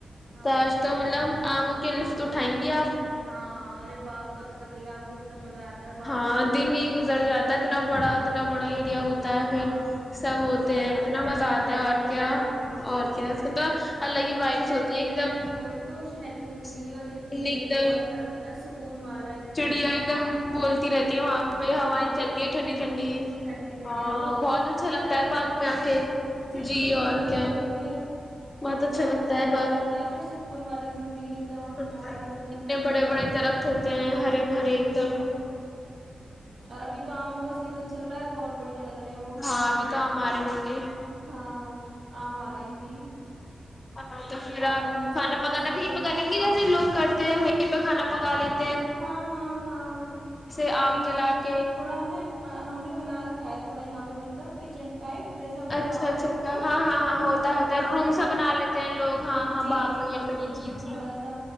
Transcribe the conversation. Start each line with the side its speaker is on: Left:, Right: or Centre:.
Right: ہاں
Left: تاج تو مطلب آموں کے لفٹ اٹھائیں گے آپ
Right: ہاں ارے باغ کا تو پت ہی آپ کو کتنا مزہ آتا ہے باغ
Left: ہاں
Right: میں آ جاؤ
Left: دن
Right: ایسے
Left: ہی گزر
Right: موسم
Left: جاتا ہے
Right: میں
Left: اتنا بڑا اتنا بڑا ایریا ہوتا ہے
Right: ہاں
Left: پھر سب
Right: اتنا
Left: ہوتے
Right: مزہ
Left: ہیں
Right: آتا
Left: اتنا مزہ
Right: ٹیوب
Left: آتا
Right: ویل
Left: ہے اور
Right: میں نہانے
Left: کیا
Right: میں یہ سب
Left: اور
Right: چیزیں
Left: کیا اس تو الگ ہی وائبس
Right: شہر
Left: ہوتی
Right: کی
Left: ہے
Right: زندگی
Left: ایک دم
Right: وہی تو شہر کی زندگی
Left: سکون
Right: اور یہ زندگی
Left: ایک
Right: میں تو
Left: دم
Right: بہت فرق ہوتا ہے سک فون وال
Left: چڑیا ایک دم بولتی رہتی ہے وہاں پہ
Right: ہاں
Left: ہوائیں چلتی ہے ٹھنڈی ٹھنڈی
Right: ٹھنڈی ٹھنڈی
Left: ہاں
Right: ا وہ وہ
Left: بہت اچھا
Right: چیز
Left: لگتا
Right: الگ
Left: ہے
Right: ہی
Left: باغ
Right: ہوتی
Left: میں آ
Right: ہے
Left: کے
Right: جی وہ چیز
Left: اور
Right: الگ
Left: کیا
Right: ہی ہوتی ہے
Left: بہت اچھا
Right: سب
Left: لگتا
Right: کچھ بیکار
Left: ہے
Right: لگتا ہے پھر سکون والا زندگی ایک دم
Left: اچ
Right: ہاں ایک دم
Left: اتنے بڑے بڑے درخت ہوتے ہیں ہرے بھرے ایک
Right: جی
Left: دم
Right: اور ابھی تو آموں کا سیزن چل رہا ہے تو اور بڑی یہ لگ رہے ہیں وہ
Left: ہاں ابھی تو آم آ رہے ہوں گے
Right: ہاں آم آ رہے ہیں جی
Left: ہاں تو پھر
Right: ہم
Left: آپ
Right: نے کہا چلو
Left: کھانا
Right: آج
Left: پکانا
Right: سنڈے
Left: بھی یہیں پہ
Right: تھا
Left: کریں گے جیسے لوگ کرتے ہیں وہیں پہ کھانا پکاالے <unintelligible>
Right: ہاں ہاں ہاں
Left: آگ
Right: جی
Left: جلا
Right: جی
Left: کے
Right: تھوڑا ہم نے ہم نے بنا رکھا کاائے تھوڑا یہاں پر مطلب کچن ٹائپ جیسے ہم لوگ
Left: اچھا
Right: آتے
Left: اچھا
Right: ہیں
Left: اچھا
Right: کبھی
Left: ہاں ہاں ہاں
Right: تو یہاں
Left: ہوتا
Right: پہ
Left: ہے ہوتا
Right: بنا
Left: ہے روم سا بنا لیتے ہیں لوگ ہاں ہاں
Right: جی
Left: باغ
Right: جی
Left: میں ہی اپنی
Right: جی تو اس
Left: چیی
Right: میں تھوڑا سا